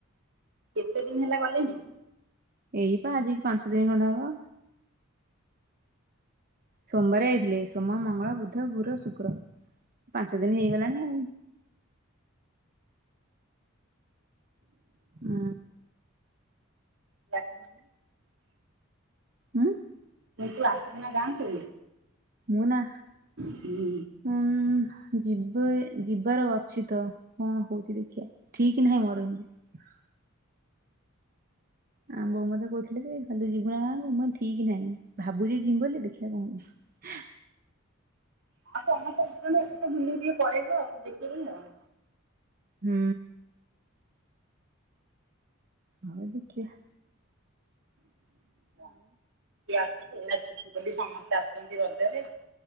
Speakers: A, on the right; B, on the right.
A: କେତେ ଦିନ ହେଲା ଗଲେଣି?
B: ଏଇ ପା ଆଜିକି ପାଞ୍ଚ ଦିନ ଖଣ୍ଡେ ହବ। ସୋମବାରେ ଯାଇଥିଲେ। ସୋମ, ମଙ୍ଗଳ, ବୁଧ ଗୁର ଶୁକ୍ର ପାଞ୍ଚ ଦିନି ହେଇଗଲାଣି ଆଉ। ଅ
A: ତୁ ଆସିବୁ <unintelligible>
B: ଉଁ
A: ତୁ ଆସିବୁ ନାଁ ଗାଁକୁ?
B: ମୁଁ ନାଁ
A: ହୁଁ
B: ହୁଁ ଯିବି ଯି ବାର ଅଛି ତ। କଣ ହୋଉଚି ଦେଖିଆ, ଠିକ ନାହିଁ ମୋର କିନ୍ତୁ। ଆଁ ବୋଉ ମତେ କୋହୁଥୁଲେ କହିଲେ ତୁ ଯିବୁ ନାଁ ଗାଁକୁ ମୁଁ ଠି ଠିକ ନାଇଁ। ଭାବୁଚି ଯିମି ବୋଲି ଦେଖିଆ କଣ ହଉଚି?
A: ହଁ ତମେ <unintelligible> ବୁଲିକି ଟିକେ ପଳେଇବ ଦେଖିକି ଆଉ।
B: ହୁଁ। ହଉ ଦେଖିଆ।
A: <unintelligible> <unintelligible> ଛୁଟି ବୋଲି ସମସ୍ତେ ଆସୁଚନ୍ତି ରଜରେ।